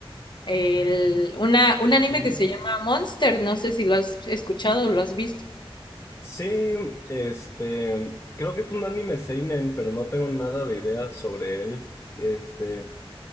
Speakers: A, on the left; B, on the left.
A: el, una, un anime
B: ujú.
A: que se llama Monster, no sé si lo has escuchado o lo has visto.
B: Sí, este, creo que es un anime seinen, pero no tengo nada de idea sobre él. Este,